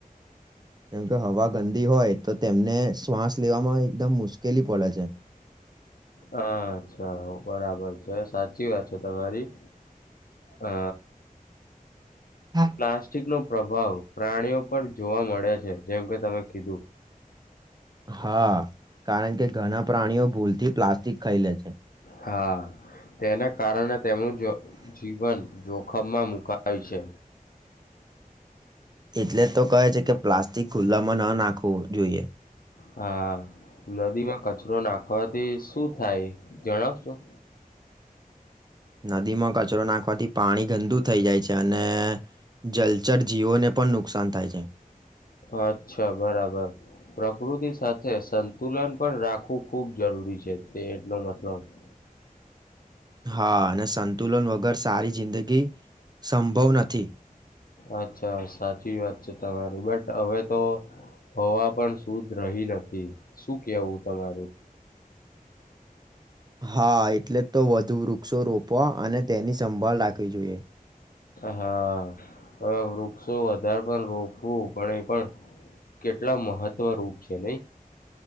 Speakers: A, on the right; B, on the left.
A: કેમ કે હવા ગંદી હોય તો તેમને શ્વાસ લેવામાં એકદમ મુશ્કેલ કેલી પડે છે
B: હ અચ્છા બરાબર છે સાચી વાત છે તમારી અ
A: હા
B: પ્લાસ્ટિક નો પ્રભાવ પ્રાણીઓ ઉપર જોવા મળે છે જેમ કે તમે કીધું
A: હા કારણ કે ઘણા પ્રાણીઓ ભૂલથી પ્લાસ્ટિક ખાઈ લે છે
B: હા, તેના કારણે તેમનું જીવન જોખમમાં મુકાય છે
A: એટલે જ તો કહે છે કે પ્લાસ્ટિક ખુલ્લામાં ન નાખવું જોઈએ
B: હા નદીમાં કચરો નાખવાથી શું થાય જણાવશો
A: નદીમાં કચરો નાખવાથી પાણી ગંદુ થઈ જાય છે અને જલચર જીવોને પણ નુકસાન થાય છે
B: અચ્છા બરાબર પ્રકૃતિ સાથે સંતુલન પણ રાખવું ખૂબ જરૂરી છે તેનો મતલબ <inaudible>
A: હા અને સંતુલન વગર સારી જિંદગી સંભવ નથી
B: અચ્છા સાચી વાત છે તમારી બટ હવે તો હવા પણ શુદ્ધ રહી નથી શું કેવું તમારું
A: હા એટલે તો વધુ વૃક્ષો રોપવા અને તેની સંભાળ રાખવી જોઈએ
B: હા હવે વૃક્ષો વધારે પણ રોકવું પડે પણ કેટલા મહત્વરૂૂપ છે નહીં